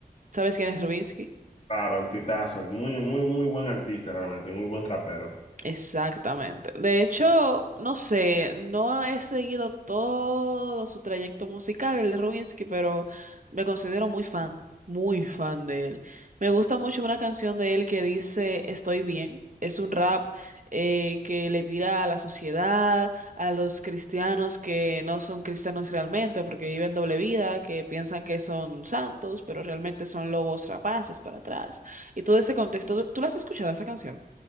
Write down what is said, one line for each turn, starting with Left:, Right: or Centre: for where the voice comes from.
Right: ¿Sabes quién es Rubinsky?
Left: Claro, artistazo, muy, muy, muy buen artista realmente, muy buen rapero.
Right: Exactamente. De hecho, no sé, no he seguido todo su trayecto musical, el de Rubinsky, pero me considero muy fan, muy fan de él. Me gusta mucho una canción de él que dice Estoy bien. Es un rap eh, que le tira a la sociedad, a los cristianos que no son cristianos realmente, porque viven doble vida, que piensan que son santos, pero realmente son lobos rapaces para atrás. Y todo ese contexto, ¿tú, tú la has escuchado esa canción?